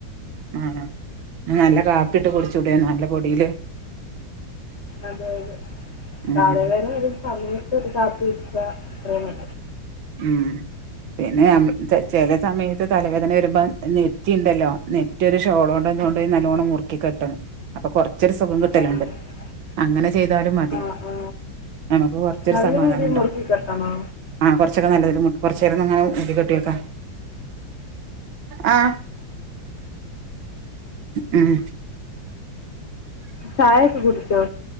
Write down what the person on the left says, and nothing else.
അതെ അതെ
തലവേദന
ഒരു സമയത്ത് ഒരു കാപ്പി കുടിച്ച ഉ
ആ
ആ ആ
നല്ല
രീതിയിൽ
മുറുക്കി കെട്ടണോ
ചായൊക്കെ കുടിച്ചോ